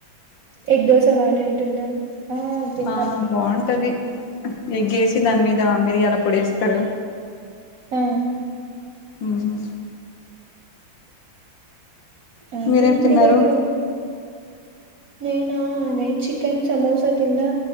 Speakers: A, on the right (about 65°); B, on the left (about 70°).
A: ఎగ్ దోస బానే ఉంటుంద ఆ తిన్న
B: ఆ బాగుంటది ఎగ్గేసి దాని మీద మిరియాల పొడేస్తారు
A: ఆహ
B: ఆహా
A: అదేంటి
B: మీరేం తిన్నారు
A: ఎగ్ నేనా అదే చికెన్ సమోసా తిన్నా